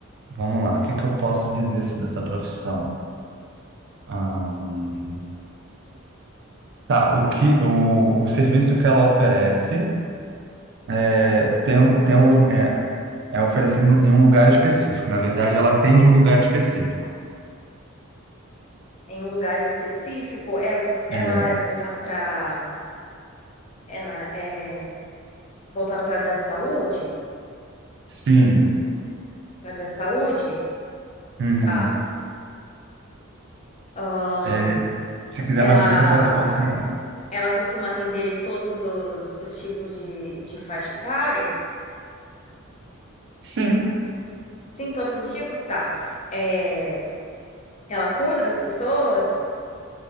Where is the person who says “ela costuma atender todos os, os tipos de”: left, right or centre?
Left